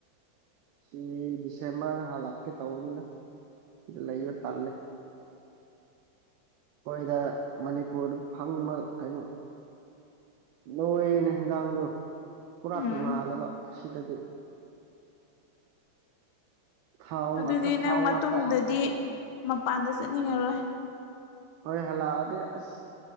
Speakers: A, on the right; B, on the left.
A: ꯁꯤ ꯗꯤꯁꯦꯝꯕꯔ ꯍꯥꯂꯛꯀꯦ ꯇꯧꯅꯦꯗ ꯏ ꯂꯩ ꯂꯩꯕ ꯇꯜꯂꯦ ꯑꯩꯈꯣꯏꯗ ꯃꯅꯤꯄꯨꯔꯗ ꯐꯪꯕ ꯀꯩꯅꯣ ꯂꯣꯏꯅ ꯍꯟꯖꯥꯡꯗꯣ ꯄꯨꯔꯥ
B: ꯎꯝ
A: ꯇꯣꯡꯉꯥꯜꯂꯦꯕ ꯁꯤꯗꯗꯤ ꯊꯥꯎ
B: ꯑꯗꯨꯗꯤ
A: ꯉꯥꯛꯇ
B: ꯅꯪ
A: ꯊꯥꯎ
B: ꯃꯇꯨꯡꯗꯗꯤ
A: ꯉꯥꯛꯇ
B: ꯃꯄꯥꯟꯗ ꯆꯠꯅꯤꯡꯉꯔꯣꯏ
A: ꯍꯣꯏ ꯍꯂꯛꯑꯗꯤ ꯑꯁ